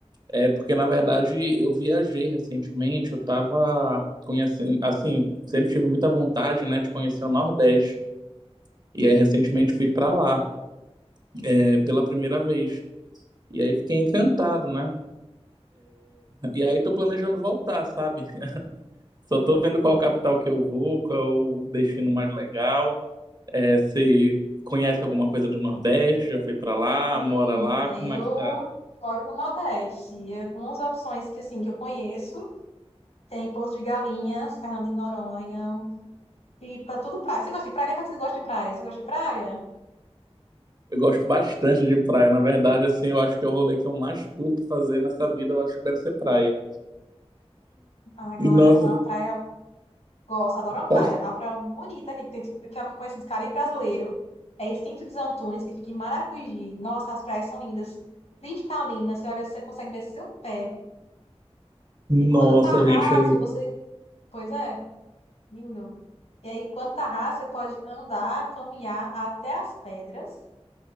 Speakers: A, on the right (about 40°); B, on the left (about 75°).
A: É, porque, na verdade, eu viajei recentemente. Eu tava conhecendo, assim, sempre tive muita vontade, né, de conhecer o Nordeste. E aí, recentemente, fui pra lá, é, pela primeira vez. E aí, fiquei encantado, né? E aí, tô planejando voltar, sabe? <laughs> Só tô vendo qual capital que eu vou, qual o destino mais legal. É, você conhece alguma coisa do Nordeste? Já foi pra lá?
B: Sim,
A: Mora lá?
B: eu
A: Como é que tá?
B: moro no Nordeste. E algumas opções que, assim, que eu conheço. Tem Porto de Galinhas, Fernando de Noronha, Pipa, tudo praia. Você gosta de praia? Nem parece que você gosta de praia. Você gosta de praia?
A: Eu gosto bastante de praia. Na verdade, assim, eu acho que é o rolê que eu mais curto fazer nessa vida, eu acho que deve ser praia.
B: Agora,
A: E nossa,
B: uma praia... Gosto, adoro uma praia.
A: pode...
B: A praia bonita que tem, que eu conheci de Caribe brasileiro. É Extinto dos Antunes, que fica em Maracujá. Nossa, as praias são lindas. Cristalinas, você olha, você consegue ver seu pé.
A: nossa,
B: E quando tá raso,
A: gente, aí.
B: você. Pois é, lindo. E aí, quando tá raso, você pode andar, caminhar até as pedras.